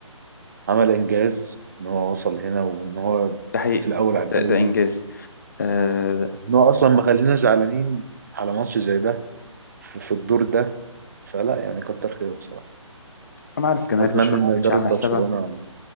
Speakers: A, on the right; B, on the left.
A: عمل إنجاز إن هو وصل هنا وإن هو
B: ده حقيقي
A: الأول على الدوري
B: ده, ده إنجاز آه
A: إن هو أصلا ما خلينا زعلانين على ماتش زي ده في في الدور ده فلا يعني كتر خيره بصراحة
B: أنا عارف جماهير
A: وأتمنى
B: برشلونة
A: إن
B: ما كانتش
A: إدارة
B: عاملة
A: برشلونة
B: حسابها